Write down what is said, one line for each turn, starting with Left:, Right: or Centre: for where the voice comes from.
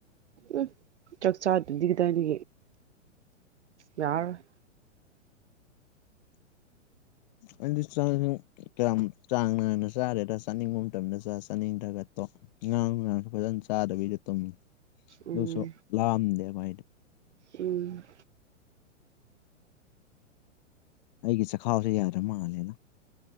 Right: ꯎꯝ ꯆꯥꯛꯆꯥꯥꯗ꯭ꯔꯗꯤ ꯀꯗꯥ ꯏꯗꯒꯤ ꯌꯥꯔꯔꫭꯏ
Left: ꯑꯩꯗꯤ ꯆꯥꯛꯁꯨ ꯀꯌꯥꯝ ꯆꯥꯡ ꯅꯥꯏꯅ ꯆꯥꯗꯦꯗ ꯆꯥꯅꯤꯡꯕ ꯃꯇꯝꯗ ꯆꯥ ꯆꯥꯅꯤꯡꯗ꯭ꯔꯒ ꯇꫭꯛ ꯉꯥꯡ ꯅꯨꯡꯗꯥꯡꯁꯨ ꯐꯖꯅ ꯆꯥꯗꯕꯤꯗ ꯇꯨꯝꯃꯤ
Right: ꯎꯝ
Left: ꯗꯨꯁꯨ ꯂꯝꯗꯦꯕ ꯑꯩꯗꯤ
Right: ꯎꯝ
Left: ꯑꯩꯒꯤ ꯆꯈꯥꯎꯁꯦ ꯌꯥꯗ꯭ꯔ ꯃꯥꯜꯂꯦꯅ